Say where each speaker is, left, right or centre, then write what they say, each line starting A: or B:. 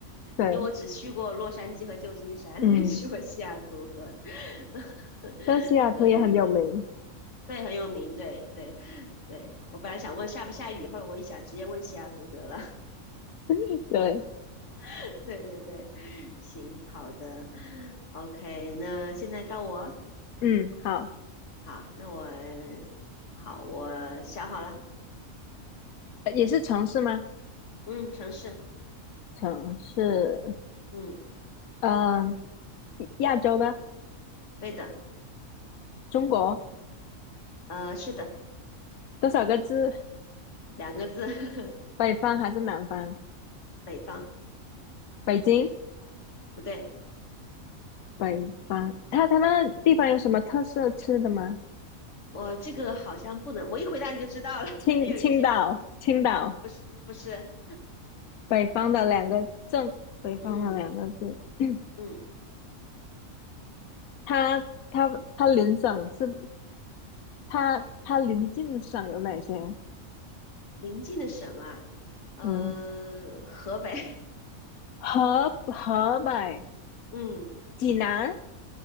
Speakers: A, on the left; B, on the left.
A: 对，
B: 因为我只去过洛杉矶和旧金山，
A: 嗯，
B: 没去过西雅图和。<laughs>
A: 但西雅图也很有名，
B: 可以，可以，对，很有名，对，对，对。我本来想问下不下雨，后来我一想，直接问西雅图得了。
A: <laughs> 对，
B: <laughs> 对对对，行，好的，OK，那现在到我，
A: 嗯，好，
B: 好，那我好，我想好了，
A: 呃也是城市吗？
B: 嗯，城市，
A: 城市，
B: 嗯，
A: 嗯、亚洲的。
B: 对的，
A: 中国
B: 呃，是的，
A: 多少个字？
B: 两个字，<laughs>
A: 北方还是南方？
B: 北方，
A: 北京，
B: 不对，
A: 北方。它它那地方有什么特色吃的吗？
B: 嗯，我这个好像不能，我一回答你就知道了，<laughs>
A: 青青岛，
B: 它有一些比
A: 青岛，
B: 不是不是，
A: 北方的两个镇，北方的两个字。
B: 嗯
A: <clears throat>
B: 嗯，
A: 它它它邻省是它它邻近的省有哪些？
B: 临近的省啊，呃，
A: 嗯，
B: 河北，
A: 河河北、
B: <laughs> 嗯，
A: 济南、